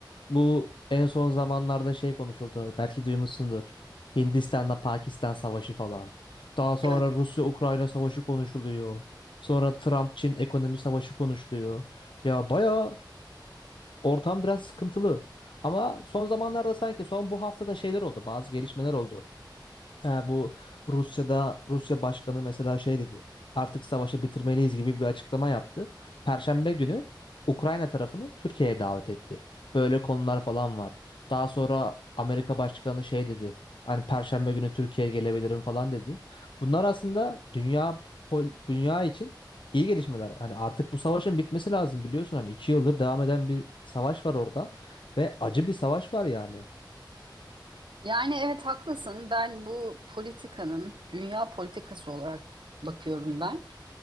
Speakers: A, on the left (about 80°); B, on the right (about 80°).
A: bu en son zamanlarda şey konuşuldu. Belki duymuşsundur. Hindistan'la Pakistan savaşı falan. Daha sonra
B: Evet,
A: Rusya-Ukrayna savaşı konuşuluyor. Sonra Trump-Çin ekonomi savaşı konuşuluyor. Ya baya ortam biraz sıkıntılı. Ama son zamanlarda sanki son bu haftada şeyler oldu. Bazı gelişmeler oldu. Ha, bu Rusya'da Rusya Başkanı mesela şey dedi. Artık savaşı bitirmeliyiz gibi bir açıklama yaptı. Perşembe günü Ukrayna tarafını Türkiye'ye davet etti. Böyle konular falan var. Daha sonra Amerika Başkanı şey dedi. Hani Perşembe günü Türkiye'ye gelebilirim falan dedi. Bunlar aslında dünya pol- dünya için iyi gelişmeler. Hani artık bu savaşın bitmesi lazım biliyorsun. Hani iki yıldır devam eden bir savaş var orada ve acı bir savaş var yani.
B: Yani evet haklısın. Ben bu politikanın dünya politikası olarak bakıyorum ben.